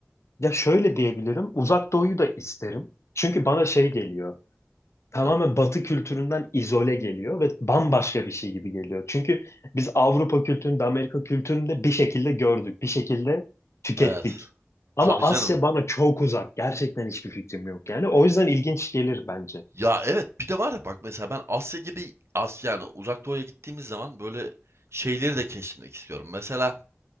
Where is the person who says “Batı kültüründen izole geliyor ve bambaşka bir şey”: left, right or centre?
Left